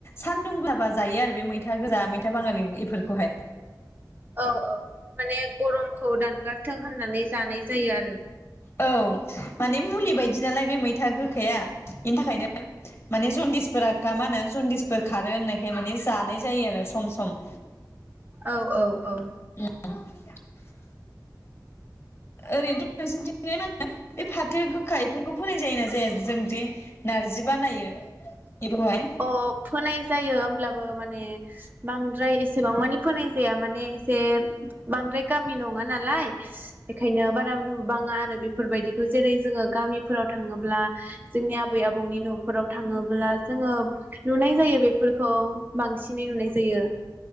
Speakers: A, on the left (about 35°); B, on the right (about 25°).
A: सानदुं गो बा जायो आरो बे मैथा गोजा मैथा बांगाल बे एफोरखौहाय।
B: औ औ माने गरमखौ दानगार गारथों होननानै जानाय जायो आरो
A: औ माने मुलि बायदि नालाय बे मैथा गोखाया बेनि थाखायनो माने जन्दिसफोरा मा होनो जन्दिसफोर खारो होननायखाय माने जानाय जायो आरो सम सम
B: औ औ औ
A: <inaudible> ओरैनोथ नोंसोरनिथि मा होनो बे फाथो गोखा बेफोरखौ फोनाय जायोना जाया जोंदि नारजि बानायो बेखौहाय
B: अ फोनाय जायो होमब्लाबो माने बांद्राय एसेबां मानि फोनाय जाया माने एसे बांद्राय गामि नङा नालाय बेखायनो बारा नुबाङा आरो बेफोरबायदिखौ जेरै जोङो गामिफोराव थाङोब्ला जोंनि आबै आबौनि नफोराव थाङोब्ला जोङो नुनाय जायो बेफोरखौ बांसिनै नुनाय जायो